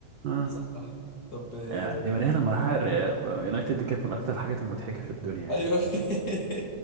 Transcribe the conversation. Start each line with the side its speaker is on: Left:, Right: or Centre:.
Right: اه صح
Left: صح طب آه،
Right: آه،
Left: استنى
Right: دي ماريا لما راح الر- يونايتد دي كانت من اكتر الحاجات المضحكه في الدنيا
Left: ايوه
Right: يعني
Left: <laughs>